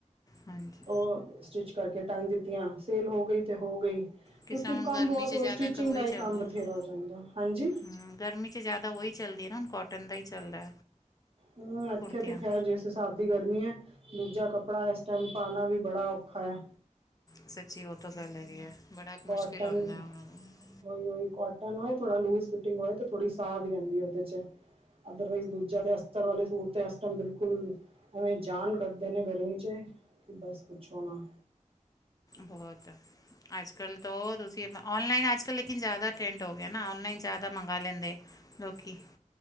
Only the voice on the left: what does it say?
ਹਾਂਜੀ
ਕਿਸ
ਤਰ੍ਹਾਂ ਹੁਣ
ਗਰਮੀ
'ਚ ਜ਼ਿਆਦਾ
ਕਰ ਉਹੀ
ਚੱਲਦਾ
ਨਾ।
ਹੂੰ ਗਰਮੀ 'ਚ ਜ਼ਿਆਦਾ ਉਹੀ ਚੱਲਦੀ ਹੈ ਨਾ ਹੁਣ ਕੋਟਨ ਦਾ ਹੀ ਚੱਲਦਾ।
ਕੁੜਤੀਆਂ
ਸੱਚੀ ਉਹ ਤਾਂ ਫੈਲ ਹੈਗੀ ਹੈ। ਬੜਾ
ਮੁਸ਼ਕਿਲ ਹੁੰਦਾ ਉਹਨਾਂ ਨੂੰ
ਬਹੁਤ ਅੱਜ ਕੱਲ੍ਹ ਤਾਂ ਤੁਸੀਂ ਔਨਲਾਈਨ ਅੱਜ ਕੱਲ੍ਹ ਲੇਕਿਨ ਜ਼ਿਆਦਾ ਟਰੈਂਡ ਹੋ ਗਿਆ ਨਾ ਔਨਲਾਈਨ ਜ਼ਿਆਦਾ ਮੰਗਵਾ ਲੈਂਦੇ ਲੋਕੀ।